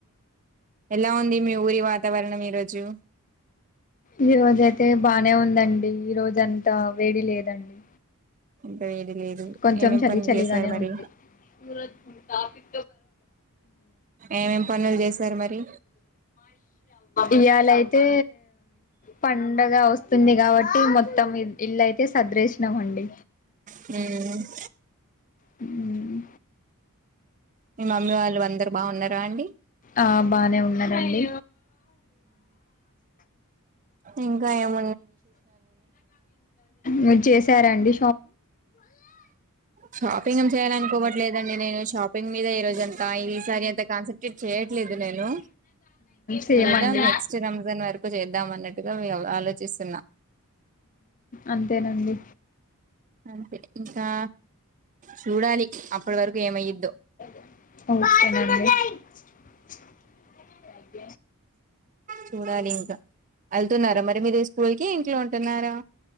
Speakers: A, on the right (about 35°); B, on the left (about 35°).
A: ఎలా ఉంది మీ ఊరి వాతావరణం ఈరోజు
B: ఈ రోజయితే బానే ఉందండి ఈ రోజ అంతా వేడి లేదండి
A: అంత వేడి లేదు
B: కొంచెం
A: ఏమేం
B: చలి
A: పనులు
B: చలిగానే
A: చేశారు మరి
B: ఉంది <unintelligible>
A: ఏమేం పనులు చేశారు మరి
B: ఇవాళయితే పండగ వస్తు స్తుంది కాబట్టి మొత్తం ఇల్లు అయితే సదిరేసినాము అండి
A: హ్మ్మ్
B: హ్మ్మ్
A: మీ మమ్మీ వాళ్ళు అందరు బాగున్నారా అండి
B: ఆ బానే ఉన్నారాండి
A: ఇంకా ఏమ
B: మీరు చేసారండి
A: షాపింగ్ చేయాలనుకోవట్లేదండి నేను షాపి ప్పంగ్ మీద ఈ రోజ అంతా ఈ సారి అంత కాన్సన్ట్రేట్ చేయట్లేదు నేను
B: సేమ్
A: చూదాం
B: అండి
A: నెక్స్ట్ ఇ రంజాన్ వరకు చేద్దాం అన్నట్టుగా ఆలోచిస్తున్నా
B: అంతేనండి
A: అంతే ఇంకా చూడాలి అప్పటి వరకు ఏమయ్యదుో
B: ఓకేడి
A: చూడాలి ఇంకా వెళ్తున్నారా మరి మీరు స్కూల్ క ఇంట్లో ఉంటున్నారా